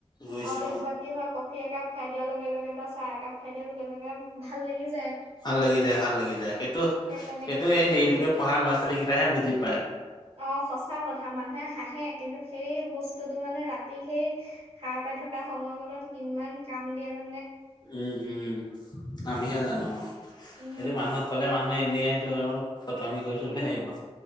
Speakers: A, on the left; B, on the right.
A: বুজিছো
B: আৰু তেনেকুৱা কি হয় কফি একাপ খাই দিয়া লগে লগে - বা চাহ একাপ খাই দিয়া লগে লগে ভাল লাগি -
A: ভাল লাগি যায়-ভাল লাগি যায় সেইটো-
B: সেই তেনেকে
A: সেইটো এই দেৰিলৈকে
B: উম
A: পঢ়া ল'ৰা ছোৱালী কেইটাহে বুজি পায়।
B: অ সঁচা কথা মানুহে হাঁহে কিন্তু সেই বস্তুতটো মানে ৰাতি সেই সাৰ পাই। থকা সময় কনত কিমান কাম দিয়ে মান
A: উম-উম আমিহে জানো আৰু
B: উম
A: এইটো মানুহক কলে মা নহয় এনেইটো আৰু ফটোআমি কৰিছো
B: উম
A: বুলি ভাবিব।